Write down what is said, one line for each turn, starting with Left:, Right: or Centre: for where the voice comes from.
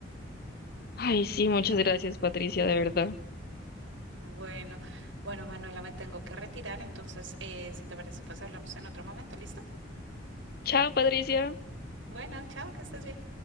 Left: Ay, sí, muchas gracias, Patricia, de verdad.
Right: Bueno, bueno, Manuela, me tengo que retirar, entonces, eh, si te parece, pues hablamos en otro momento, ¿listo?
Left: Chao, Patricia.
Right: Bueno, chao, que estés bien.